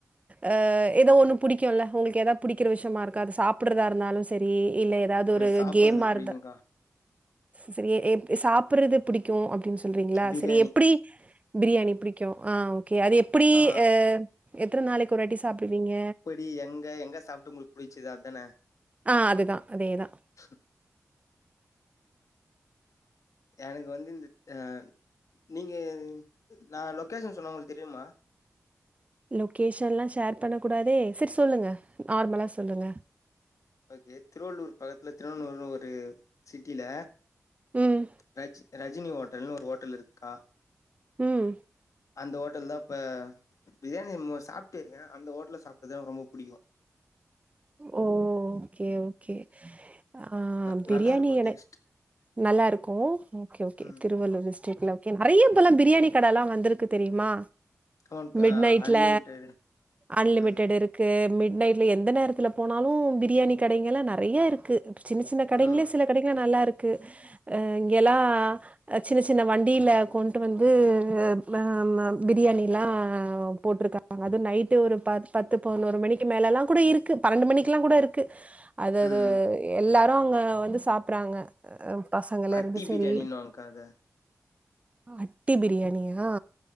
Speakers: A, on the right; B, on the left.
A: அ ஏதோ ஒன்னு புடிக்குல்ல ஒங்ளுக்கு ஏதா புடிக்கிற விஷயமா இருக்கு அது சாப்பிடுறதா இருந்தாலு செரி இல்ல ஏதாவுது
B: எனக்கு
A: ஒரு
B: சாப்புறது
A: கேம்மா
B: புடிக்குங்க்கா
A: இருந்தா செரி எப் சாப்புறது புடிக்கு அப்டின் சொல்றீங்ளா
B: பிரியாணி
A: செரி எப்டி பிரியாணி பிடிக்கு ஆ ஓகே அது எப்டி
B: ஆ
A: அ எத்தன நாளைக்கு ஒரு வாட்டி சாப்டுவீங்க
B: எப்டி எங்க எங்க சாப்ட்டு உங்ளுக் புடிச்சது அதானே
A: ஆ அதுதா அதேதா
B: <inaudible> எனக்கு வந்து இந்த அ நீங்க நா லொக்கேஷன் சொன்னா ஒங்களுக்கு தெரியுமா
A: லொக்கேஷன்லா ஷேர் பண்ண கூடாதே சேர் சொல்லுங்க நார்மலா சொல்லுங்க
B: ஓகே திருவள்ளூர் பக்கத்துல திருவன்னுர்னு ஒரு சிட்டில
A: ம்.
B: ரஜ் ரஜினி ஹோட்டல்ன்னு ஒரு ஹோட்டல் இருக்கா
A: ம்
B: அந்த ஹோட்டல் தா இப்ப பிரியாணி மோ சாப்டு இருக்கே அந்த ஹோட்டல சாப்டதா ரொம்ப புடிக்கு
A: ஓ ஓகே ஓகே ஆ
B: ந
A: பிரியாணி
B: நல்லா இருக்கு
A: எனக்
B: டேஸ்ட்
A: நல்லா இருக்கு ஓகே ஓகே
B: ம்
A: திருவள்ளூர் டிஸ் <unintelligible> ஓகே நெறைய இப்போலா பிரியாணி கடலா வந்திருக்கு தெரியுமா
B: கவுண்ட்
A: மிட்
B: ஆ
A: நைட்ல
B: அன்லிமிடெடு
A: அன்லிமிட்டட்
B: ம்
A: இருக் கு மிட் நைட்ல எந்த நேரத்துல போனாலு பிரியாணி கடைங்கலா நெறைய இருக்கு சின்ன சின்ன கடைங்களே
B: ஆமா
A: சில கடைங்கள நல்லா இருக்கு அ இங்கேலா சின்ன சின்ன வண்டியில கொண்டு வந்து அ பிரியாணியலா போட்டிருக்கா அது நைட்டு ஒரு ப பத்து பதினொரு மணிக்கு மேலலா கூட இருக்கு பன்னெண்டு மணிக்கெல்லா கூட இருக்கு அது
B: ம்
A: அது எல்லாரு அங்க வந்து சாப்புறாங்க அ பசங்களா
B: அட்டி
A: ரொம்ப
B: பிரியாணின்னுவாங்க்கா
A: சரி
B: அத
A: அட்டி பிரியாணியா